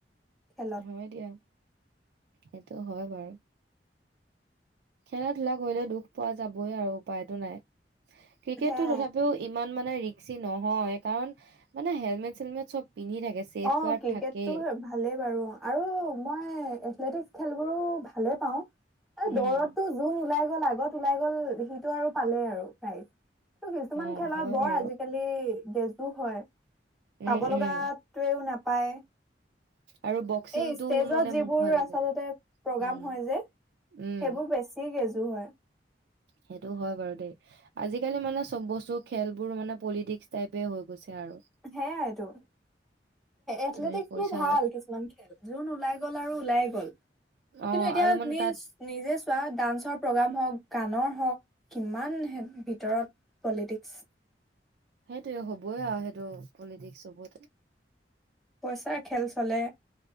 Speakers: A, in the centre; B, on the right (about 65°).
A: খেলত
B: হয় দিয়া। সেইটো হয় বাৰু। খেলা-ধূলা কৰিলে দুখ পোৱা যাবই আৰু, উপায়টো নাই। ক্ৰিকেটটো
A: সেয়াই
B: তথাপিও ইমান ইমান মানে ৰিক্সি নহয় । কাৰণ মানে হেলমেট-চেলমেট চব পিন্ধি থাকে ছেফ
A: অ'
B: গাৰ্ড
A: ক্ৰিকেটটো
B: থাকেই
A: ভালেই বাৰু। আৰু মই এথলেটিক্স খেলবোৰো ভালে পাওঁ। এ
B: উম
A: দৌৰততো যোন ওলাই গ'ল আগত, ওলাই গ'ল, সিটো আৰু পালেই আৰু প্ৰাইজ। কিছুমান
B: অ
A: খেলত
B: হয়
A: বৰ
B: বাৰু
A: আজিকালি ডেজো হয়।
B: উম
A: পাব লগা
B: উম
A: টোৱেই নাপায়
B: আৰু বক্সিংটো
A: এই ষ্টেজত
B: মানে
A: যিবোৰ
B: মোৰ ভয় লাগে
A: আচলতে প্ৰগ্ৰাম
B: উম
A: হয় যে
B: উম
A: সেইবোৰ বেছি য হয়
B: সেইটো হয় বাৰু দেই আজিকালি মানে চব বস্তু খেলবোৰ মানে পলিটিক্স টাইপে হৈ গৈছে। আৰু
A: সেয়াই এইটো এথলেটিক
B: তুমি পইচা
A: বোৰ ভাল কিছুমান খেল যোন ওলাই গল আৰু ওলাই গল কিন্তু
B: অ
A: এতিয়া
B: আৰু মানে
A: তুমি
B: তাত
A: নিজে চোৱা ডান্সৰ প্ৰগ্ৰাম হওক কাণৰ হওক কিমান ভিতৰত পলিটিক্স
B: সেইটোৱে হবই আৰু সেইটো পলিটিক্স চবত
A: পইচাৰ খেল চলে